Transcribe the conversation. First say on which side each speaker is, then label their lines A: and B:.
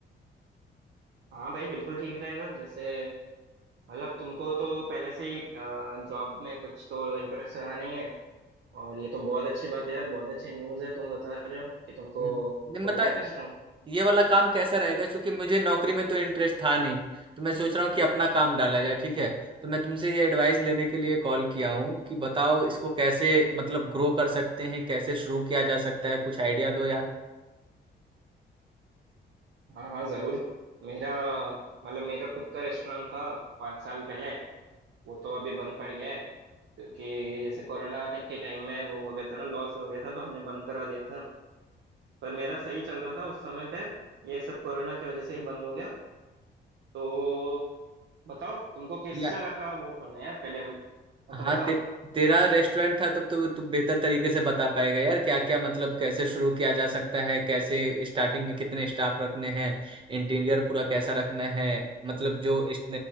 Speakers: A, on the right; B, on the right.
A: हाँ भाई बिल्कुल ठीक रहेगा जैसे मतलब तुमको तो पहले से ही जॉब में कुछ तो इंटरेस्ट रहा नहीं है और ये तो बहुत अच्छी बात है यार बहुत अच्छी न्यूज़ है तुम बता रहे हो कि तुमको
B: हम्म, नहीं,
A: खोलना
B: मतलब
A: है रेस्टोरेंट
B: ये वाला काम कैसा रहेगा क्योंकि मुझे नौकरी में तो इंटरेस्ट था नहीं तो मैं सोच रहा हूँ कि अपना काम डाला जाए ठीक है तो मैं तुमसे ये एडवाइस लेने के लिए कॉल किया हूँ कि बताओ इसको कैसे मतलब ग्रो कर सकते हैं कैसे शुरू किया जा सकता है कुछ आइडिया दो यार
A: हाँ हाँ ज़रूर मेरा मतलब मेरा खुद का रेस्टोरेंट था पाँच साल पहले वो तो अभी बंद पड़ गया है क्योंकि जैसे कोरोना के टाइम में वो हो गया था ना लॉस हो गया था तो हमने बंद करा दिया था पर मेरा सही चल रहा था उस समय पे ये सब कोरोना की वजह से ही बंद हो गया तो बताओ तुमको किस
B: या,
A: तरह का वो खोलना है यार पहले वो
B: हाँ
A: तो बताओ
B: ते, तेरा रेस्टोरेंट था तब तो तू बेहतर तरीके से बता पाएगा यार क्या क्या मतलब कैसे शुरू किया जा सकता है कैसे स्टार्टिंग में कितने स्टाफ रखने हैं इंटीरियर पूरा कैसा रखना है मतलब जो इस